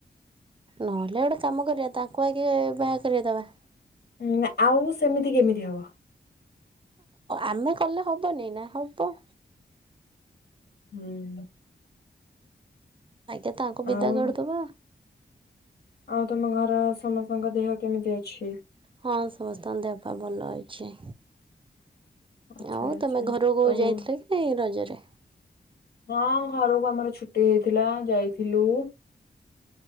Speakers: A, on the right (about 30°); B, on the left (about 60°).
A: ନହେଲେ ଗୋଟେ କାମ କରିବା ତାଙ୍କୁ ଆଗେ ବାହା କରେବା ଦବା।
B: ହୁଁ ଆଉ ସେମିତି କେମିତି ହବ।
A: ଆମେ କଲେ ହବନି ନା ହବ।
B: ହୁଁ।
A: ଆଗେ ତାଙ୍କୁ ବିଦା
B: ଆଉ
A: କରିଦବା।
B: ଆଉ ତମ ଘର ସମସ୍ତଙ୍କ ଦେହ କେମିତି ଅଛି?
A: ହଁ ସମସ୍ତଙ୍କ ଦେହ ପାଇଁ ଭଲ ଅଛି।
B: ଆଚ୍ଛା
A: ଆଉ
B: ଆଚ୍ଛା
A: ତମେ ଘରକୁ
B: ସବୁ
A: ଯାଇଥିଲ କି ନାଇଁ ରଜରେ?
B: ହଁ ଘରକୁ ଆମର ଛୁଟି ହେଇଥିଲା ଯାଇଥିଲୁ।